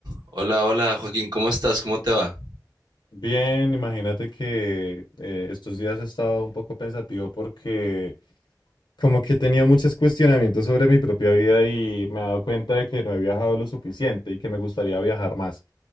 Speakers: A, on the right; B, on the left.
A: Hola, hola Joaquín, ¿cómo estás? ¿Cómo te va?
B: Bien, imagínate que eh, estos días he estado un poco pensativo porque como que he tenido muchos cuestionamientos sobre mi propia vida y me he dado cuenta de que no he viajado lo suficiente y que me gustaría viajar más.